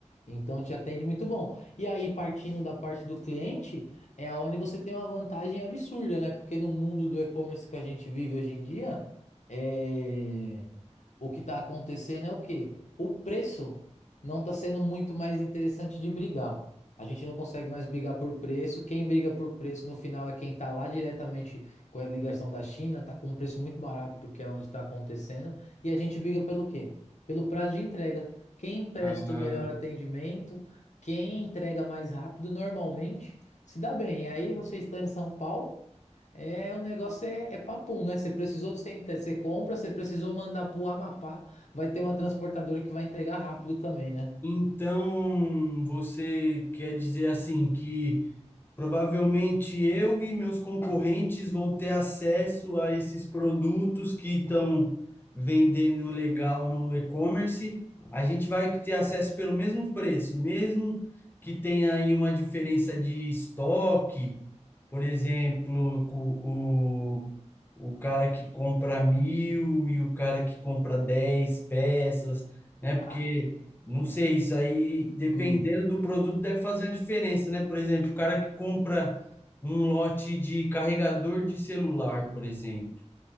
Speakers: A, on the left (about 75°); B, on the left (about 15°).
A: Então te atende muito bom. E aí, partindo da parte do cliente, é onde você tem uma vantagem absurda, né? Porque no mundo do e-commerce que a gente vive hoje em dia, é, o que está acontecendo é o quê? O preço não está sendo muito mais interessante de brigar. A gente não consegue mais brigar por preço. Quem briga por preço no final é quem está lá diretamente com a ligação da China, está com um preço muito barato porque é onde está acontecendo. E a gente briga pelo quê? Pelo prazo de entrega. Quem presta
B: Ah.
A: o melhor atendimento, quem entrega mais rápido, normalmente se dá bem. E aí você estando em São Paulo, é o negócio é, é papum, né? Você precisou do centro, você compra, você precisou mandar pro Amapá, vai ter uma transportadora que vai entregar rápido também, né?
B: Então, você quer dizer assim que provavelmente eu e meus concorrentes vão ter acesso a esses produtos que estão vendendo legal no e-commerce. A gente vai ter acesso pelo mesmo preço, mesmo que tenha aí uma diferença de estoque, por exemplo, co- o, o cara que compra mil e o cara que compra dez peças, né? Porque
A: Ah,
B: não sei, isso aí, dependendo
A: Hum,
B: do produto, deve fazer uma diferença, né? Por exemplo, o cara que compra um lote de carregador de celular, por exemplo,